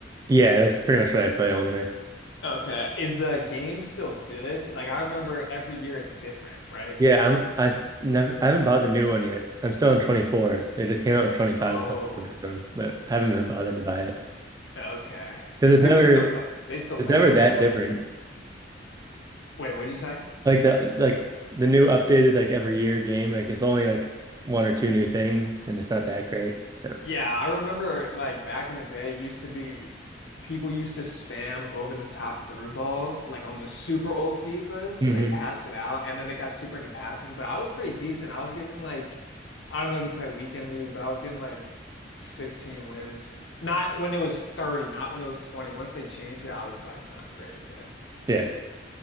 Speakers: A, on the right; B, on the left.
A: Yeah, that's pretty much what I play only.
B: Okay. Is the game still good? Like I remember every year it's different, right?
A: Yeah, I'm I s- never I haven't bought the new one yet. I'm still on 24. They just came out with 25
B: Oh,
A: a couple months ago, but I haven't been bothered to buy it
B: okay.
A: because
B: And
A: it's
B: people
A: never
B: still play they still play
A: it's never
B: 24?
A: that different.
B: Wait, what'd you say?
A: Like the like the new updated like every year game, like it's only like one or two new things and it's not that great. So,
B: Yeah, I remember like back in the day, it used to be people used to spam over the top through balls like on the super old FIFAs, so
A: hmm
B: they patched it out and then it got super into passing, but I was pretty decent. I was getting like I don't know if you play weekend league, but I was getting like 16 wins. Not when it was 30, not when it was 20. Once they changed it, I was like not great, but
A: yeah.